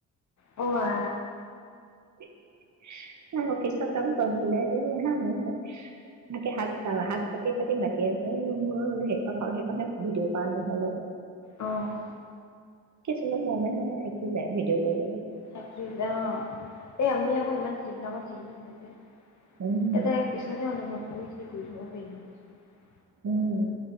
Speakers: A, on the left; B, on the right.
A: অ আ
B: <inaudible> অ, অফিছ কাম কৰিবলে <unintelligible> তাকে হাত পা-হাত পাতি পাতি মাতি আছে, অ মই স-সেইকন হে ভিডিঅ কৰা নহলে।
A: অহ
B: কিছুমান মমেণ্ট মানে থাকি যায় ভিডিঅ' কৰিবলৈ
A: থাকিল অ এই আমি আকৌ ইমান সেইবিলাকত হেৰি নহয় যে
B: উম
A: এতিয়া পিছতে অনুভৱ কৰিছো <unintelligible>
B: উম',